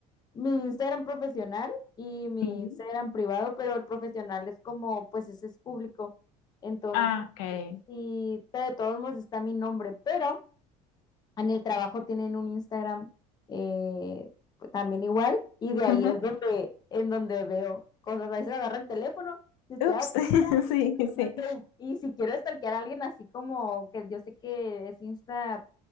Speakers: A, on the left; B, on the left.
A: mi Instagram profesional y mi
B: Sí.
A: Instagram privado, pero el profesional es como, pues ese es público. Entonces,
B: Ah, ok.
A: y pero de todos modos está mi nombre, pero en el trabajo tienen un Instagram eh, pues, también igual, y de ahí
B: Ujú.
A: es donde, en donde veo cosas. A veces agarro el teléfono, si estoy
B: Ups.
A: aburrida,
B: <laughs> Sí,
A: y
B: sí.
A: me meto, y, y si quiero stalkear a alguien así como que yo sé que es Insta